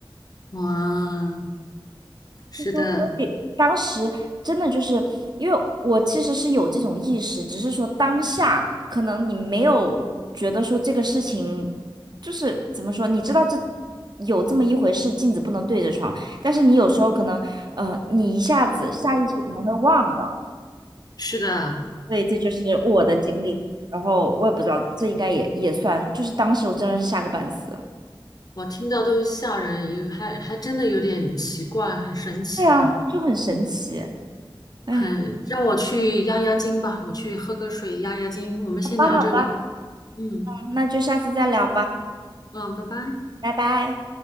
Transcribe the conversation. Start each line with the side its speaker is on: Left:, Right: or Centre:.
Left: 哇，是的，
Right: 说：“所以当时真的就是因为我其实是有这种意识，只是说当下可能你没有觉得说这个事情就是怎么说，你知道这有这么一回事，镜子不能对着床，但是你有时候可能呃，你一下子下意识可能会忘的，
Left: 是的，
Right: 所以这就是我的经历。然后我也不知道，这应该也也算，就是当时我真的是吓个半死。
Left: 我听到都吓人，有还还真的有点奇怪，很神奇啊。
Right: 对啊，就很神奇。哎，
Left: 很让我去压压惊吧，我去喝个水压压惊。我们先聊这里，
Right: 好吧，好吧，
Left: 嗯
Right: 那就下次再聊吧，
Left: 嗯，拜拜。
Right: 拜拜。